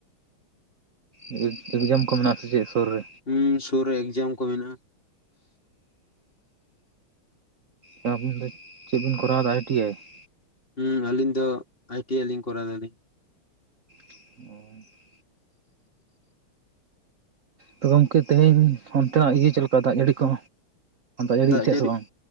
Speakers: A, on the right (about 50°); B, on the left (about 25°).
A: ᱚ ᱮᱠ ᱮᱠᱡᱟᱢ ᱠᱚ ᱢᱮᱱᱟᱜ ᱟᱥᱮ ᱪᱮᱫ ᱥᱳᱨ ᱨᱮ?
B: ᱦᱩᱸ ᱥᱳᱨ ᱨᱮ ᱮᱠᱡᱟᱢ ᱠᱚ ᱢᱮᱱᱟᱜᱼᱟ ᱾
A: ᱚ ᱟᱵᱤᱱ ᱫᱚ ᱪᱮᱫ ᱵᱤᱱ ᱠᱚᱨᱟᱣᱫᱟ ᱟᱭ ᱴᱤ ᱟᱭ ᱾
B: ᱦᱩᱸ ᱟᱹᱞᱤᱧ ᱫᱚ ᱟᱭ ᱴᱤ ᱟᱭ ᱞᱤᱧ ᱠᱚᱨᱟᱣ ᱫᱟᱞᱤᱧ ᱾
A: ᱚ ᱛᱚ ᱜᱚᱝᱠᱮ ᱛᱮᱦᱤᱧ ᱚᱱᱛᱮᱱᱟᱜ ᱤᱭᱟᱹ ᱪᱮᱫ ᱞᱮᱠᱟ ᱫᱟᱜ ᱡᱟᱹᱲᱤ ᱠᱚ? ᱡᱟᱹᱲᱤᱭᱮᱫ
B: ᱫᱟᱜ
A: ᱛᱟᱦᱮᱸᱜ
B: ᱡᱟᱹᱲᱤ
A: ᱥᱮ ᱵᱟᱝ